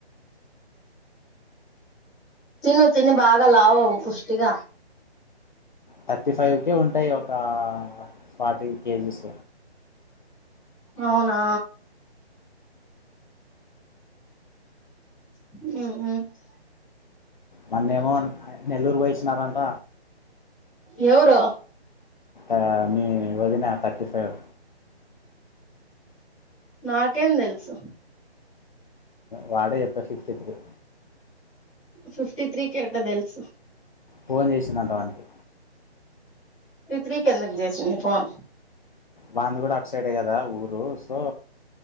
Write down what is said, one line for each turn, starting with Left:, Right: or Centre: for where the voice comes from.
Centre: తిను తిని బాగా లావు అవ్వు పుష్టిగా
Left: థర్టీ ఫైవ్కే ఉంటాయి ఒక ఫార్టీ కేజీస్
Centre: అవునా ఉ
Left: మొన్న ఏమో నెల్లూరు పోయిచ్చినారంట
Centre: యేరు
Left: ఆ మీ వదిన థర్టీ ఫైవ్
Centre: నాకేం తెల్సు
Left: వాడే చెప్తాడు ఫిఫ్టీ త్రి
Centre: ఫిఫ్టీ త్రీకి ఎట్టా తెల్సు
Left: ఫోన్ చేసింది అంటా ఆన్కి
Centre: ఫిఫ్టీ తిత్రికి ఎందుకు చేసింది ఫోన్
Left: దంది కూడా అటు్సైడే కదా ఊరు సో